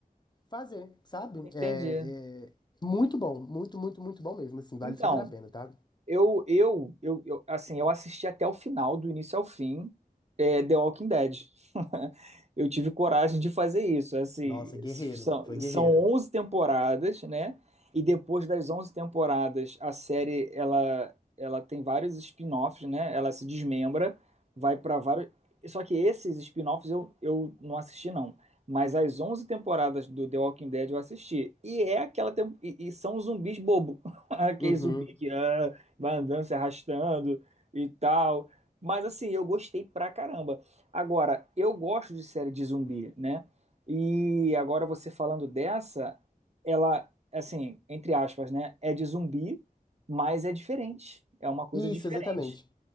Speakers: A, on the left; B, on the right.
A: fazer, sabe?
B: entendi.
A: É, é muito bom, muito, muito, muito bom mesmo, assim, vale
B: Então,
A: super a pena, tá?
B: Eu, eu, eu, eu- assim, eu assisti até o final, do início ao fim, é, The Walking Dead. <laughs> Eu tive coragem de fazer isso. Assim,
A: Nossa, guerreiro,
B: são,
A: foi guerreiro.
B: são 11 temporadas, né? E depois das 11 temporadas, a série ela, ela tem vários spin-offs, né? Ela se desmembra, vai para vários. Só que esses spin-offs eu, eu não assisti, não. Mas as 11 temporadas do The Walking Dead eu assisti. E é aquela. tem- E, e são os zumbis bobo. <laughs> Aquele
A: Uhum.
B: zumbi que. ah, vai andando, se arrastando e tal. Mas assim, eu gostei pra caramba. Agora, eu gosto de série de zumbi, né? E agora você falando dessa, ela, assim, entre aspas, né? É de zumbi, mas é diferente. É uma coisa
A: Isso,
B: diferente.
A: exatamente.